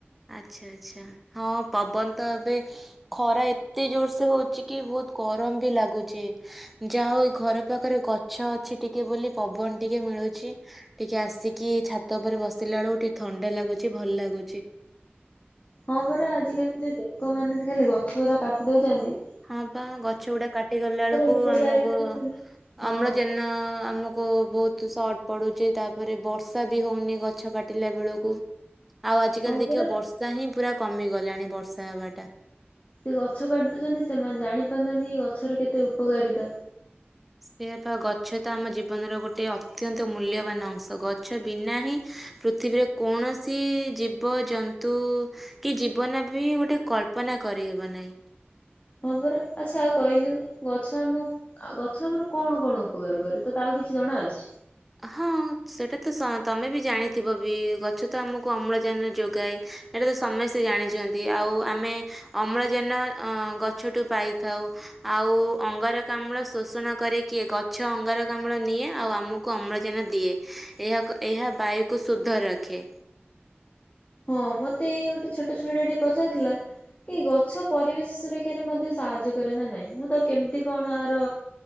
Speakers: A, in the centre; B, on the left.
A: ଆଚ୍ଛା ଆଚ୍ଛା ହଁ ପବନ ତ ଏବେ ଖରା ଏତେ ଜୋର ସେ ହଉଚି କି ବହୁତ ଗରମ ବି ଲାଗୁଚି। ଯାହା ହଉ ଘର ପାଖରେ ଗଛ ଅଛି ଟିକେ ବୋଲି ପବନ ଟିକେ ମିଳୁଛି। ଟିକେ ଆସିକି ଛାତ ଉପରେ ବସିଲା ବେଳକୁ ଟିକେ ଥଣ୍ଡା ଲାଗୁଚି ଭଲ ଲାଗୁଚି।
B: ହଁ ପରା ଆଜିକାଲି ଯୋ ଲୋକମାନେ ଖାଲି ଗଛ ଗୁରା କାଟି ଦଉଚନ୍ତି।
A: ହଁ ବା ଗଛ ଗୁଡା କାଟି ଗଲା ବେଳକୁ
B: ଉପକାରିତା
A: ଆମକୁ
B: ଟା ସେମାନେ ହଁ
A: ଅମ୍ଳଜନ ଆମକୁ କ ବହୁତ ସର୍ଟ ପଡ଼ୁଚି ତାପରେ ବର୍ଷା ବି ହେଉନି ଗଛ କାଟିଲା ବେଳକୁ। ଆଉ ଆଜିକାଲି
B: ହଁ
A: ଦେଖିବ
B: ପରା
A: ବର୍ଷା ହିଁ ପୁରା କମିଗଲାଣି ବର୍ଷା ହବାଟା।
B: ସେ ଗଛ କାଟିଦଉଚନ୍ତି ସେମାନେ ଜାଣିପାରୁନାହାନ୍ତି ଏ ଗଛର କେତେ ଉପକାରିତା।
A: ସେଆ ପା ଗଛ ତ ଆମ ଜୀବନର ଗୋଟେ ଅତ୍ୟନ୍ତ ମୂଲ୍ୟବାନ ଅଂଶ। ଗଛ ବିନା ହିଁ ପୃଥିବୀରେ କୌଣସି ଜୀବ ଜନ୍ତୁ କି ଜୀବନ ବି ଗୋଟେ କଳ୍ପନା କରିହବ ନାହିଁ।
B: ହଁ ପରା ଆଚ୍ଛା ଆଉ କହିଲୁ ଗଛ ଆମ ଆଉ ଗଛ ଆମର କଣ କଣ ଉପକାର କରେ ତ ତା ଆଉ କିଛି ଜଣାଅଛି?
A: ହଁ ସେଇଟା ତ ସ ତମେ ବି ଜାଣିଥିବ ବି ଗଛ ତ ଆମକୁ ଅମ୍ଳଜାନ ଯୋଗାଏ। ଏଇଟା ତ ସମସ୍ତେ ଜାଣିଚନ୍ତି। ଆଉ ଆମେ ଅମ୍ଳଜାନ ଅ ଗଛଠୁ ପାଇଥାଉ। ଆଉ ଅଙ୍ଗାରକାମ୍ଳ ଶୋଷଣ କରେ କିଏ ଗଛ ଅଙ୍ଗରକାମ୍ଳ ନିଏ ଆଉ ଆମୁକୁ କୁ ଅମ୍ଳଜାନ ଦିଏ ଏହାକୁ ଏହା ବାୟୁକୁ ଶୁଧ ରଖେ।
B: ହଁ ମତେ ଏଇ ଗୋଟେ ଛୋଟ ଛୁଆଟା ଟିକେ ପଚାରୁଥିଲା ଏ ଗଛ ପରିବେଶ ସୁରକ୍ଷାରେ ମଧ୍ୟ ସାହାଯ୍ୟ କରେ ନା ନାଇଁ, ମୁଁ ତାକୁ କେମିତି କଣ ଆର